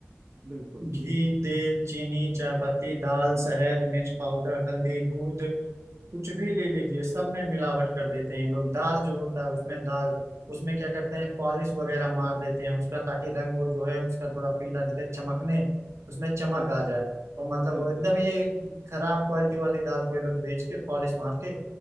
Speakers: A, on the right (about 45°); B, on the right (about 75°).
A: बिल्कुल
B: घी तेल चीनी चायपत्ती दाल शहद मिर्च पाउडर हल्दी दूध कुछ भी ले लीजिए सब में मिलावट कर देते हैं लोग दाल जो होता है उसमें दाल उसमें क्या करते हैं पॉलिश वगैरह मार देते हैं उसका ताकि रंग वो जो है उसका थोड़ा पीला दिखे चमकने उसमें चमक
A: बिल्कुल
B: आ जाए और मतलब
A: बिल्कुल
B: वो एकदम ये खराब क्वालिटी वाली दाल को ये लोग बेच के पॉलिश मार के